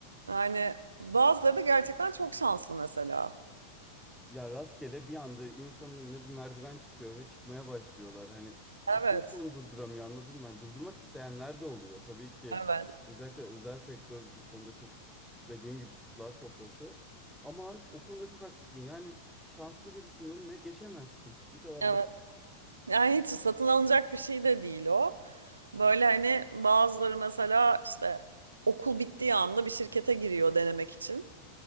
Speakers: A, on the right; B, in the centre.
A: Yani bazıları da gerçekten çok şanslı mesela.
B: ya rastgele bir anda insanın önüne bir merdiven çıkıyor ve çıkmaya başlıyorlar. Hani
A: Evet,
B: ve kimse onu durduramıyor anladın mı? Hani durdurmak isteyenler de oluyor. Tabii ki
A: evet,
B: özellikle özel sektör bu konuda çok dediğim gibi kurtlar sofrası. Ama o konuda çok haklısın. Yani şanslı birisinin önüne geçemezsin. Bu kadar
A: evet.
B: basit.
A: Yani hiç satın alınacak bir şey de değil o. Böyle hani bazıları mesela işte okul bittiği anda bir şirkete giriyor denemek için.